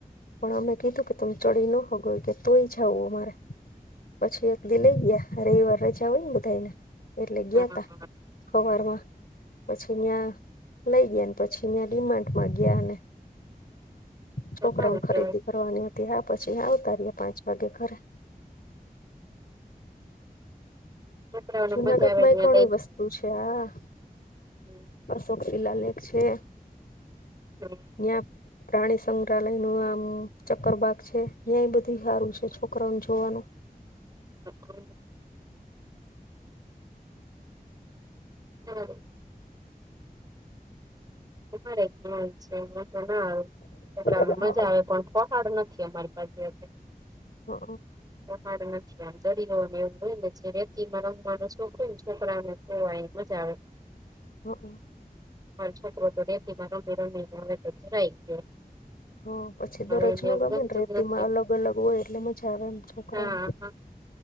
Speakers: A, on the left; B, on the right.
A: પણ અમે કીધું કે તમે ચડી ન હોગો કે તોય જાવું અમારે પછી એક દી લઈ ગયા. રવિવાર રજા હોયને બધાને એટલે
B: હા
A: ગયા
B: હા
A: તા
B: હા
A: હવાર માં. પછી ત્યાં લઈ ગયા પછીં ડિમાન્ડ માં ગયાને છોકરાઓને
B: તો સારું
A: ખરીદી
B: કેવાય
A: કરવાની હતી હા પછી આવતા રહ્યા પાંચ વાગે ઘરે
B: છોકરાઓને
A: જુનાગઢમાં
B: મજા આવે ત્યાં
A: એ ઘણી વસ્તુ છે આ
B: હમ.
A: મારિ સોકરી લાલિ છે.
B: હમ.
A: ન્યા પ્રાણી સંગ્રહાલય નો આમ ચક્કર બાાગ છે ત્યાંય બધું સારું છે છોકરાઓને જોવાનું
B: <unintelligible> જવા દો <unintelligible> તે ના આવે છોકરાઓને
A: હ
B: મજા આવે પણ પહાડ નથી અમારી પાસે
A: હં અ
B: પહાડ નથી આમ દરીયો ને એવું હોય ને જે રેતીમાં રમવાનું શોખ હોય ને છોકરાઓને તો આઈ મજા આવે
A: હં
B: અમારો છોકરો રેતિમાં રમી રમી ને હવે ધરાઈ ગયો
A: હ પછી તો
B: હવે
A: રજનો
B: એને એવું
A: ગમે
B: ગમતું
A: ને રેતી
B: જ નથી.
A: માં અલગ અલગ હોય એટલે મજા આવે એમ છોકરાઓને
B: હા હા